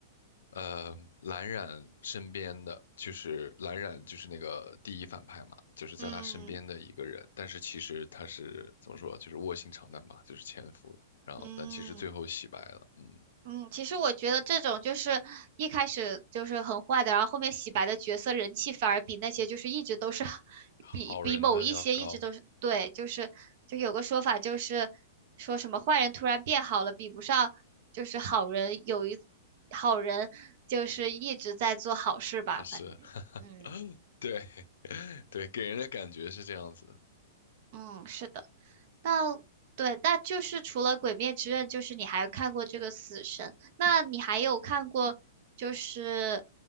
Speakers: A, on the left; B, on the right.
A: 呃蓝染身边的，就是蓝染就是那个第一反派嘛，就是在他身边的一个人，
B: 嗯
A: 但是其实他是怎么说，就是卧薪尝胆吧，就是潜伏，然后但其实最后洗白了，
B: 嗯，
A: 嗯。
B: 嗯，其实我觉得这种就是一开始就是很坏的，然后后面洗白的角色人气反而比那些就是一直都是 <laughs>，
A: 好人的要高
B: 比比某一些一直都是对，就是就有个说法就是说什么坏人突然变好了，比不上就是好人有一好人就是一直在做好事吧，
A: 啊，是
B: 反正就嗯
A: <laughs>，对 <laughs> 对，给人的感觉是这样子的，
B: 嗯是的。那对，那就是除了《鬼灭之刃》，就是你还看过这个《死神》，那你还有看过就是